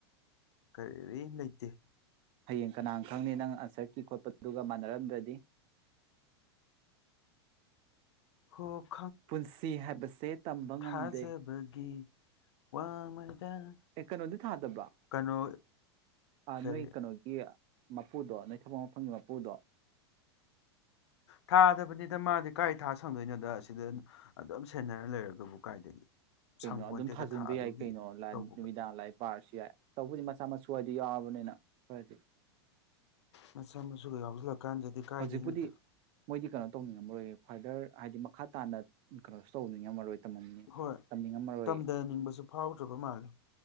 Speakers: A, on the left (about 80°); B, on the right (about 40°).
A: ꯀꯔꯤꯔꯤ ꯂꯩꯇꯦ
B: ꯍꯌꯦꯡ ꯀꯅꯥꯅ ꯈꯪꯅꯤ ꯅꯪ ꯑꯟꯁꯔ ꯀ ꯈꯣꯠꯄꯗꯨꯒ ꯃꯥꯟꯅꯔꯝꯗ꯭ꯔꯗꯤ
A: ꯍ
B: ꯄꯨꯟꯁꯤ ꯍꯥꯏꯕꯁꯦ ꯇꯝꯕ ꯉꯝꯗꯦ
A: ꯊꯥꯖꯕꯒꯤ ꯋꯥꯡꯃꯗ
B: ꯑꯦ ꯀꯩꯅꯣꯗꯤ ꯊꯥꯗꯕ꯭ꯔꯥ
A: ꯀꯩꯅꯣ
B: ꯑ
A: ꯀꯔꯤ
B: ꯅꯣꯏ ꯀꯩꯅꯣꯒꯤ ꯃꯄꯨꯗꯣ ꯅꯩ ꯊꯕ ꯃꯐꯝꯒꯤ ꯃꯄꯨꯗꯣ
A: ꯊꯥꯗꯕꯅꯤꯗ ꯃꯥꯗꯤ ꯀꯥꯏ ꯊꯥ ꯁꯪꯗꯣꯏꯅꯣꯗ ꯁꯤꯗ ꯑꯗꯨꯝ ꯁꯦꯟꯅꯔ ꯂꯩꯔꯒꯕꯨ ꯀꯥꯏꯗꯒꯤ
B: ꯀꯩꯅꯣ
A: ꯁꯪꯄꯣꯟꯇꯦꯗ
B: ꯑꯗꯨꯝ ꯊꯥꯖꯤꯟꯕ
A: ꯊꯥ ꯑꯗꯨꯒꯤ
B: ꯌꯥꯏ ꯀꯩꯅꯣ
A: ꯇꯧꯕꯒ
B: ꯅꯨꯃꯤꯗꯥꯡ ꯂꯥꯏ ꯄꯥꯔꯁꯨ ꯌꯥꯏ ꯇꯧꯕꯗꯤ ꯃꯆꯥ ꯃꯁꯨ ꯍꯥꯏꯏꯗ ꯌꯥꯎꯔꯕꯅꯤꯅ ꯍꯣꯏ ꯑꯗꯨ
A: ꯃꯆꯥꯥ ꯃꯁꯨ ꯀꯁꯨ ꯂꯥꯛ ꯀꯥꯟꯗꯗꯤ ꯀꯥꯏꯗꯦꯗ
B: ꯍꯧꯖꯤꯛꯄꯨꯗꯤ ꯃꯣꯏꯗꯤ ꯀꯩꯅꯣ ꯇꯧꯅꯤꯡꯉꯝꯃꯔꯣꯏ ꯐꯥꯗꯔ ꯍꯥꯏꯗꯤ ꯃꯈꯥ ꯇꯥꯅ ꯀꯩꯅꯣꯁꯨ ꯇꯧꯅꯤꯡꯉꯝꯃꯔꯣꯏ ꯇꯝꯃꯝꯅꯤ
A: ꯍꯣꯏ
B: ꯇꯝꯅꯤꯡꯉꯝꯃꯔꯣꯏꯌꯦ
A: ꯇꯝꯊꯅꯤꯡꯕꯁꯨ ꯐꯥꯎꯗ꯭ꯔꯕ ꯃꯥꯜꯂꯦ